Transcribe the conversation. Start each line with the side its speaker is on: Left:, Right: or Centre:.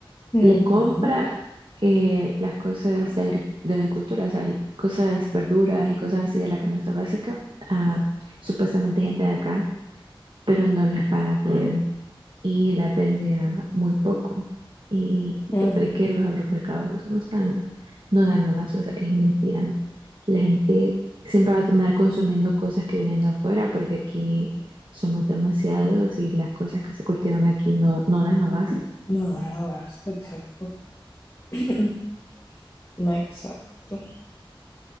Left: Ujú,
Right: le compra eh, las cosas de, agri- de agricultura, o sea, cosas, verduras y cosas así de la canasta básica a supuestamente gente de acá, pero no les paga bien y las vende a muy poco. Y
Left: ujú.
Right: total que los agromercados no están, no dan abasto, o sea, es mentira. La gente siempre va a terminar consumiendo cosas que vienen de afuera porque aquí somos demasiados y las cosas que se cultivan aquí no, no dan abasto.
Left: No, no basta, exacto. <clears throat> No, exacto.